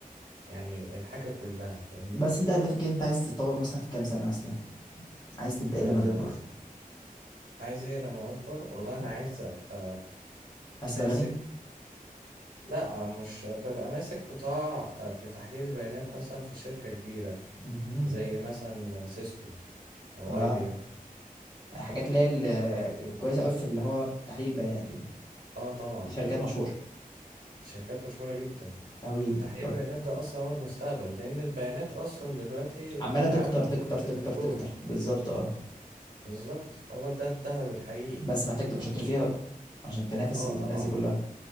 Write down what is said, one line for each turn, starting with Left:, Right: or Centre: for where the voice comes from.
Right: يعني الحاجة كلها فاهمني
Left: بس انت هدفك إيه؟ انت عايز تتطور مثلا في كام سنة مثلا عايز تبقى ايه
Right: آه
Left: لما تكبر
Right: عايز ايه لما اكبر والله انا
Left: مم.
Right: عايز ابقى
Left: عايز
Right: ماسك
Left: تبقى غني
Right: لا مش ببقى ماسك قطاع آه، في تحليل البيانات مثلا في شركة كبيرة
Left: مهم.
Right: زي مثلا سيسكو أو
Left: اه
Right: أي بي إم
Left: الحاجات اللي هي ال- كويسة قوي في اللي هو تحليل البيانات يعني
Right: آه طبعا
Left: دي شركات مشهورة
Right: شركات مشهورة جدا
Left: قوي
Right: تحليل
Left: طب
Right: البيانات ده أصلا هو المستقبل لأن البيانات أصلا دلوقتي بتتعامل
Left: عماله تكتر
Right: مع
Left: تكتر
Right: عملة
Left: تكتر
Right: البترول
Left: تكتر بالظبط اه
Right: بالظبط هو ده الذهب الحقيقي
Left: بس محتاج تبقى شاطر فيها بقى عشان تنافس
Right: آه
Left: الناس
Right: طبعا
Left: دي كلها